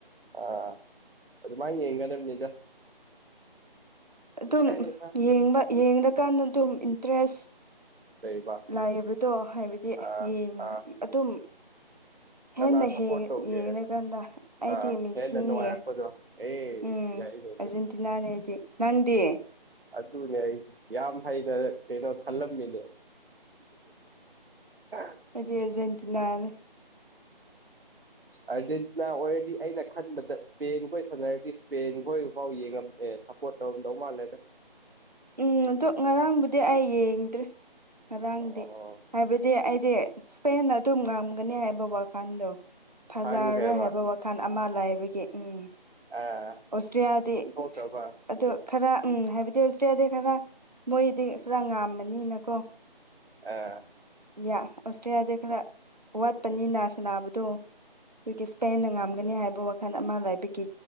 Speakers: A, on the right; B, on the right.
A: ꯑꯥ ꯑꯗꯨꯃꯥꯏꯅ ꯌꯦꯡꯒꯗꯕꯅꯤꯗ
B: ꯑꯗꯨꯝ
A: ꯑꯩꯍꯥ
B: ꯌꯦꯡꯕ ꯌꯦꯡꯉꯀꯥꯟꯗ ꯑꯗꯨꯝ ꯏꯟꯇꯔꯦꯁ
A: ꯂꯩꯕ
B: ꯂꯥꯏꯕꯗꯣ ꯍꯥꯏꯕꯗꯤ
A: ꯑꯥ
B: ꯌꯦ
A: ꯑꯥ
B: ꯑꯗꯨꯝ ꯍꯦꯟꯅ
A: ꯀꯅꯥ ꯁꯞꯄꯣꯔꯠ ꯇꯧꯒꯦ
B: ꯌꯦꯡꯉꯀꯥꯟꯗ ꯑꯩꯗꯤ
A: ꯑ
B: ꯃꯦꯁꯤꯅꯦ
A: ꯍꯦꯟꯅ ꯅꯨꯡꯉꯥꯏꯔꯛꯄꯗꯣ ꯑꯦ
B: ꯎꯝ
A: ꯌꯥꯏ ꯐ
B: <unintelligible> ꯅꯪꯗꯤ
A: ꯑꯗꯨꯅꯦ ꯑꯩꯁꯦ ꯌꯥꯝ ꯍꯩꯅ ꯀꯩꯅꯣ ꯈꯜꯂꯝꯃꯤꯅꯦ <unintelligible>
B: ꯈꯩꯗꯤ ꯑꯔꯖꯦꯟꯇꯤꯅꯥꯅ
A: ꯑꯥꯔꯖꯦꯟꯇꯤꯅꯥ ꯑꯣꯏꯔꯗꯤ ꯑꯩꯅ ꯈꯟꯕꯗ ꯏꯁꯄꯦꯟ ꯈꯣꯏ ꯁꯥꯟꯅꯔꯗꯤ ꯏꯁꯄꯦꯟꯈꯣꯏꯐꯥꯎ ꯌꯦꯡꯉꯝꯗꯦ ꯑꯄꯣꯠꯇꯗꯧꯃꯜꯂꯦꯗ
B: ꯎꯝ ꯑꯗꯣ ꯉꯔꯥꯡꯕꯨꯗꯤ ꯑꯩ ꯌꯦꯡꯗ꯭ꯔꯦ ꯉꯔꯥꯡꯗꯤ
A: ꯑꯣ
B: ꯍꯥꯏꯕꯗꯤ ꯗꯤ ꯑꯩꯗꯤ ꯏꯁꯄꯦꯟꯅ ꯑꯗꯨꯝ ꯉꯝꯒꯅꯤ ꯍꯥꯏꯕ ꯋꯥꯈꯜꯗꯣ ꯐꯖꯔꯔꯣꯏ
A: ꯈꯪꯈ꯭ꯔꯦꯕ
B: ꯍꯥꯏꯕ ꯋꯥꯈꯜ ꯃꯈꯥꯟ ꯑꯃ ꯂꯥꯏꯕꯒꯤ ꯎꯝ
A: ꯑꯥ
B: ꯑꯣꯁꯇꯔꯤꯌꯥꯗꯤ
A: ꯑꯣꯟꯊꯣꯛꯈ꯭ꯔꯕ
B: ꯑꯗ ꯈꯔ ꯎꯝ ꯍꯥꯏꯕꯗꯤ ꯆꯦꯗꯤ ꯈꯔ ꯃꯣꯏꯗꯤ ꯈꯔ ꯉꯥꯝꯃꯅꯤꯅꯀꯣ
A: ꯑ
B: ꯌꯥ ꯑꯣꯁꯇ꯭ꯔꯦꯂꯤꯌꯥꯗꯩ ꯈꯔ ꯋꯥꯠꯄꯅꯤꯅ ꯁꯅꯥꯕꯗꯣ ꯑꯗꯨꯒꯤ ꯏꯁꯄꯦꯟꯅ ꯉꯝꯒꯅꯤ ꯍꯥꯏꯕ ꯋꯥꯈꯜ ꯑꯃ ꯂꯕꯤ ꯀ